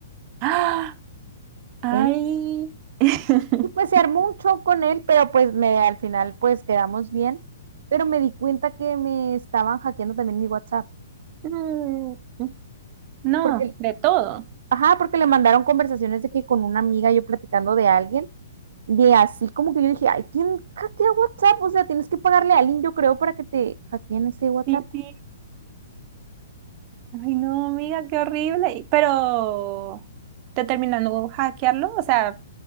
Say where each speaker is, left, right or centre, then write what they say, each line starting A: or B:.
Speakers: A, on the right; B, on the right.
A: Ah, Ay.
B: En-
A: <laughs>
B: y pues se armó un show con él, pero pues me, al final pues quedamos bien, pero me di cuenta que me estaban hackeando también mi WhatsApp,
A: Mm, No,
B: porque,
A: de todo.
B: ajá, porque le mandaron conversaciones de que con una amiga yo platicando de alguien, y así como que yo dije, ay, ¿quién hackea WhatsApp? O sea, tienes que pagarle a alguien, yo creo, para que te hackeen ese WhatsApp.
A: Sí, sí. Ay, no, amiga, qué horrible. Y- Pero, ¿te terminando hackearlo? O sea,